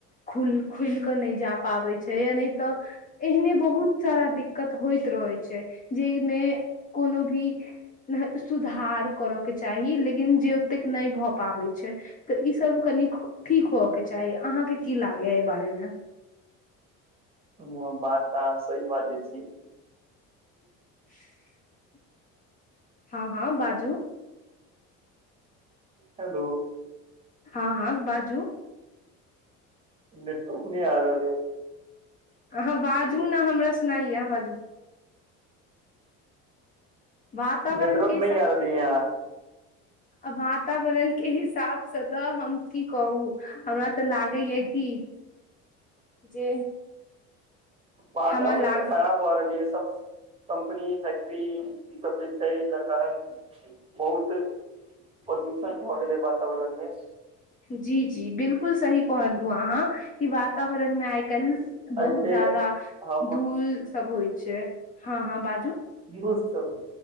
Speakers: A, on the left; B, on the right.
A: खुल खुल के नहि जा पाबे छै छै या नहि त एहने बहुत सारा दिक्कत होइ रहै छै जेहिमे कोनो भी सुधार करय के चाही लेकिन जे ओतेक नहि भ पाबै छै तऽ ई सब कनि ठीक होय के चाही अहाँके की लागेया एहि बारे मे
B: ह बात अहा सही बाजै छी
A: <inaudible> हँ हँ बाजू
B: हेलो
A: हँ हँ बाजू
B: नेटवर्क नहि आ रह
A: अहाँ बाजू
B: अछि
A: ने हमरा सुनाइय अहाँ बाजू वातावरण
B: नेटवर्क
A: के
B: नहि आ रहली याँ
A: आ वातावरण के हिसाब से त हम की कहू हमरा त लागै या की जे
B: वातावरण
A: हमरा लागे
B: तऽ खराब भ रहलै ह सब कम्पनी फैक्ट्री ई सब छै एकर कारण बहुत प्रदूषण भऽ गेलै वातावरण मे
A: जी जी <unintelligible> बिलकुल सही कहलु अहाँ क वातावरण मे आइ काइल बहुत
B: ऐसे
A: जादा
B: हम
A: धूल सब होइ छै हँ हँ बाजू '
B: बेहोस सब